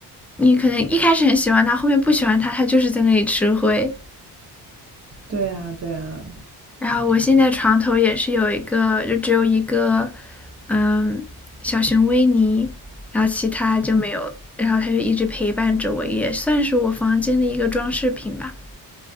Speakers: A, in the centre; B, on the right.
A: 你可能一开始很喜欢它，后面不喜欢它，它就是在那里吃灰。
B: 对啊，对啊，
A: 然后我现在床头也是有一个，就只有一个，嗯，小熊维尼，然后其他就没有了然后它就一直陪伴着我，也算是我房间的一个装饰品吧。